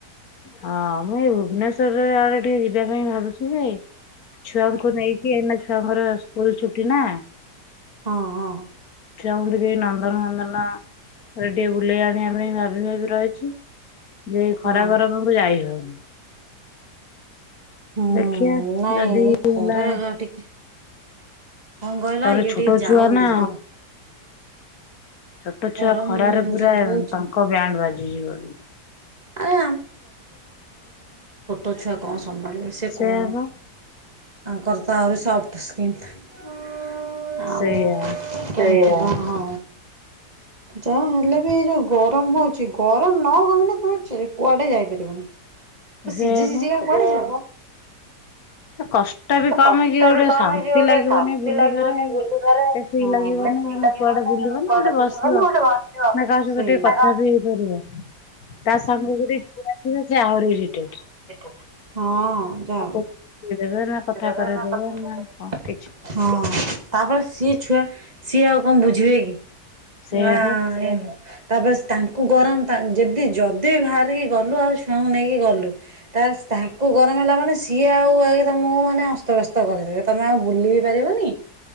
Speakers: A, on the left (about 60°); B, on the right (about 25°).
A: ହଁ ମୁଁ ଏଇ ଭୁବନେଶ୍ଵର ଆଡେ ଟିକେ ଯିବା ପାଇଁ ଭାବୁଛି ଯେ ଛୁଆଙ୍କୁ ନେଇକି ଏନା ଛୁଆଙ୍କର ସ୍କୁଲ ଛୁଟି ନା।
B: ହଁ ହଁ
A: ଚା କେ ନନ୍ଦନ କନ୍ଦନରେଡି ବୁଲେଇ ଆଣିବା ପାଇଁଭି ରହିଛି। ଯ
B: ହଁ
A: ଖରା ଗର ପାଙ୍କ ଯାଇ ହଉ। <inaudible>
B: ହୁଁ
A: ରଖିଆ
B: ନାଇଁ
A: ନଦି
B: ଏ
A: ହେଲା
B: ଖରା ଟିକେ କଣ କହିଲ
A: ତାପରେ
B: ଇଏ
A: ଛୋଟ
B: ଟିକେ ଯାଉ
A: ଛୁଆ ନା
B: ଗ
A: ଛୋଟ
B: ଗରମ
A: ଛୁଆ ଖରାରେ ପୁରା
B: ଯୋଉ ହଉଛି
A: ତାଙ୍କ ବ୍ୟାଣ୍ଡ ବାଜ ସଇ ଗ
B: ଆରେ ତଛ କଣ ସମ୍ଭାଳିବେ ସେ
A: ସେଇଆ
B: କଣ
A: ପା।
B: ତାଙ୍କର ତ ଆହୁରି ସଫ୍ଟ ସ୍କନ୍ ଆମ
A: ସେଇଆ
B: ସେଇଆ। ଓହୋ ଯାହା ହେଲେ ବି ଏ ଯୋଉ ଗରମ ହଉଛି ଗରମ ନ କମି ନା ତମେ କୁଆଡେ ଯାଇପାରିବନି। ତ
A: ସେଇଆ
B: ସିଝି ସିଝ କ କଣଛ।
A: ପା କଷ୍ଟ ବି କମ
B: କଷ୍ଟ
A: କି ଗୋଟେ
B: ବି କମ
A: ଶାନ୍ତି
B: ହେଇଯିବ ଗୋଟେ
A: ଲାଗିବନି
B: ଶାନ୍ତି
A: ବୁଲିବାରେ।
B: ଲାଗିବନି
A: ଏତେ
B: ବୁଲିବାରେ ଲାଗିବନି
A: ଫ୍ରି
B: କୁଆଡେ
A: ତମେ ବୁଲିବ ନା ଗୋଟେ
B: ବୁିବ
A: ବସିବ
B: ନା ଗୋଟେ ବସିବିକେ
A: ନା କାହା ସହିତ ଟିକେ କଥା ବି ହେଇପାରିବ। ତା ସାଙ୍ଗକୁ ଯଦି ଛୁଆ ଥିବେ ସେ ଆହୁରି ଇରିଟେଟ୍
B: କଥା। ଯାଅ।
A: ଆଉ ନା କଥା
B: ତାପରେ
A: କରେଇଦେବେ ନା କଣ କିଛି
B: ସିଏ। ଛୁଆ ସିଏ ଆଉ କଣ ବୁଝିବେ କି।
A: ସେଇଆ
B: ନାଁ
A: ପା
B: ଏ। ତାପରେ ତାଙ୍କୁ ଗରମ ଯଦି ଯଦି ବି ବାହାରିକି ଗଲୁ ଆଉ ଛୁଆଙ୍କୁ ନେଇକି ଗଲୁ ତାପ ତାଙ୍କୁ ଗରମ ହେଲା ମାନ କିଏ ଆଉ ତ ମୁଁ ଅସ୍ତବସ୍ତ କରିଦେବେ ତମେ ଆଉ ବୁଲି ବି ପାରିବନିଁ